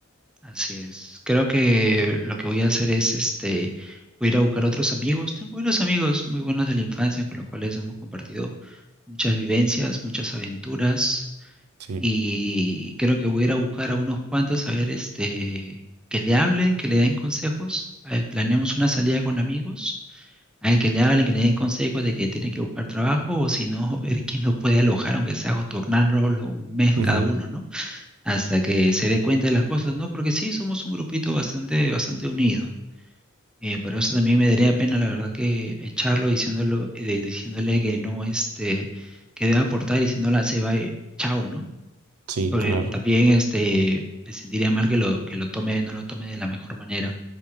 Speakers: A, in the centre; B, on the right.
A: Así es. Creo que lo que voy a hacer es, este, voy a ir a buscar otros amigos. Tengo unos amigos muy buenos de la infancia con los cuales hemos compartido muchas vivencias, muchas aventuras.
B: Sí,
A: Y creo que voy a ir a buscar a unos cuantos a ver, este, que le hablen, que le den consejos. Eh, planeamos una salida con amigos. A ver, que le hablen, que le den consejos de que tiene que buscar trabajo o si no, <laughs> ver quién lo puede alojar, aunque sea o turnarlo un mes
B: Ujú.
A: cada uno, ¿no? hasta que se dé cuenta de las cosas, ¿no? Porque sí, somos un grupito bastante, bastante unido. Eh, pero eso también me daría pena, la verdad, que echarlo diciéndolo, eh, diciéndole que no, este, que debe aportar y se va, eh, chao, ¿no?
B: sí,
A: Porque
B: claro.
A: también, este, me sentiría mal que lo, que lo tome, no lo tome de la mejor manera.